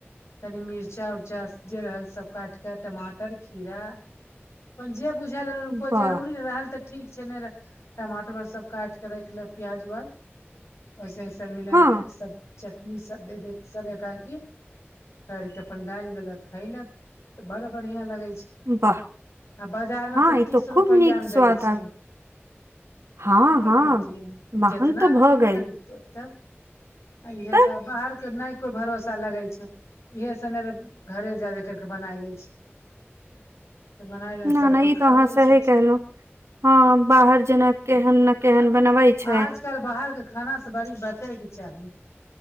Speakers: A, on the left; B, on the right.
A: तनि मिर्चा उरचा जे रहल सब काट कऽ टमाटर खीरा अपन जे बुझल कोइ
B: वाह
A: जरूरी रहल तऽ ठीक छै ने टमाटर आर सब काटिक राख लेब प्याज उ्याज ओैसे औसे मिला
B: हँ
A: उला सब चटनी सब दे दे सब एकरा कि कर केे अपन डालि देलक खयलक तऽ बड़ बढ़िया लगे छै
B: वाह <unintelligible>
A: बाजारमे
B: हँ
A: तऽ
B: ई
A: तीस
B: तो खूब
A: रुपैआमे
B: नीक स्वाद
A: दै छै
B: आब हँ हँ
A: एक बात य त
B: महंग
A: कितना
B: तऽ भऽ
A: आदमी
B: गेल
A: खरीदते तब इहे
B: तऽ
A: सब बाहरके नहि कोइ भरोसा लगै छै इहे सब मे घरे जादे करके बनाय ले छी तऽ बनाय
B: न
A: सब
B: नहि
A: कोइ
B: ई
A: खाय
B: तो अहाँ
A: लै
B: सही
A: छथि
B: कहलहु ह बाहर जेना केहन ने केहन
A: तब
B: बनबे छै
A: आजकल बाहरके खाना से बड़ी बचैके चाही